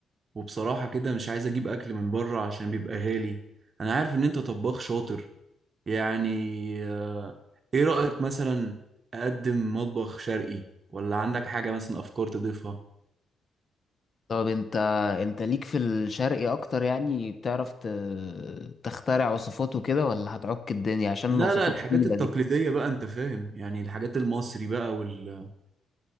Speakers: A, on the right (about 45°); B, on the left (about 45°).
A: وبصراحه كده مش عايز اجيب اكل من بره عشان بيبقى غالي انا عارف ان انت طباخ شاطر يعني أه ايه رايك مثلا اقدم مطبخ شرقي ولا عندك حاجه مثلا افكار تضيفها
B: طب انت انت ليك في الشرقي اكتر يعني بتعرف ت... تخترع وصفات وكده ولا هتعك الدنيا عشان
A: لا
B: الوصفات
A: لا الحاجات
B: التقيلة
A: التقليديه
B: دي
A: بقى انت فاهم يعني الحاجات المصري بقى وال...